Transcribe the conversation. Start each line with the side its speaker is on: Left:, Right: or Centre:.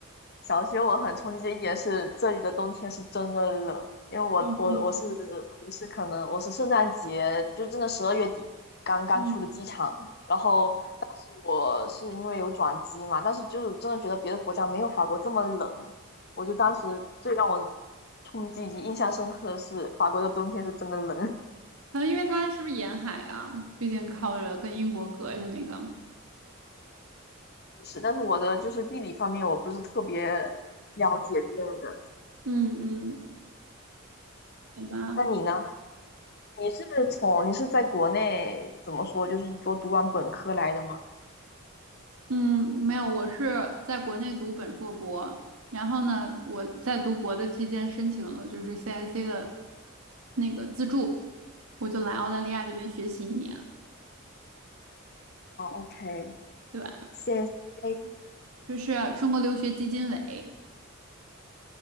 Left: 小学我很冲击的一点是，这里的冬天是真的冷，因为我我我是
Right: 哦，是吗？
Left: 我是可能我是圣诞节就真的十二月底刚刚出的机场，
Right: 嗯，
Left: 然后当时我是因为有转机嘛，但是就是真的觉得别的国家没有法国这么冷，我就当时最让我冲击以及印象深刻的是法国的冬天是真的冷，
Right: 可能因为它是不是沿海啊？毕竟靠着跟英国隔着那个。
Left: <laughs> 是，但是我的就是地理方面我不是特别了解之类的，
Right: 嗯嗯，好吧。
Left: 那你呢？你是从你是在国内怎么说，就是说读完本科来的吗？
Right: 嗯，没有，我是在国内读本硕博，然后呢，我在读博的期间申请了就是 CIC 的那个资助，我就来澳大利亚这边学习一年，
Left: 哦，OK，CSA，OK，
Right: 对吧？就是中国留学基金委，